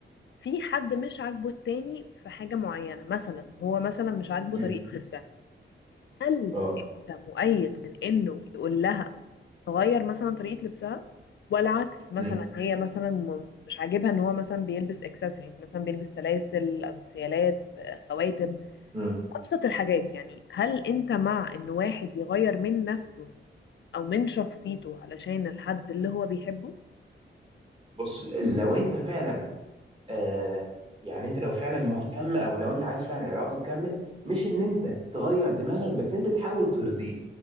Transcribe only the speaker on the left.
في حد مش عاجبه التاني في حاجة معينة مثلا هو مثلا مش عاجبه
طريقة لبسها هل
انت مؤيد من انه يقول لها تغير مثلا طريقة لبسها ولا عكس مثلا
هي مثلا م- مش عاجبها ان هو مثلا بيلبس اكسسوارز مثلا بيلبس سلاسل انسيالات آه، خواتم
ابسط
الحاجات يعني هل انت مع ان واحد يغير من نفسه او من شخصيته علشان الحد اللي هو بيحبه